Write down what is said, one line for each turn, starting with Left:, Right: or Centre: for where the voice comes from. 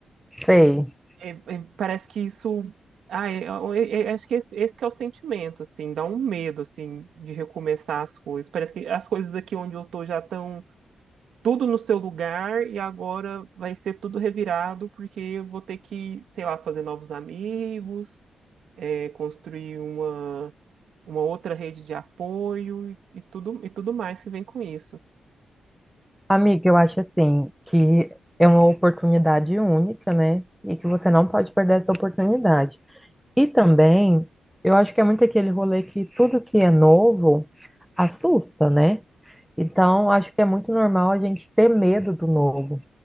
Centre: sei.
Right: É, é, parece que isso. Ah, é- é- é- é, acho que esse, esse que é o sentimento, assim, dá um medo, assim, de recomeçar as coisas. Parece que as coisas aqui onde eu tô já estão tudo no seu lugar e agora vai ser tudo revirado porque eu vou ter que, sei lá, fazer novos amigos, é, construir uma, uma outra rede de apoio e, e tudo, e tudo mais que vem com isso.
Centre: Amigo, eu acho assim que é uma oportunidade única, né? E que você não pode perder essa oportunidade. E também, eu acho que é muito aquele rolê que tudo que é novo assusta, né? Então, acho que é muito normal a gente ter medo do novo.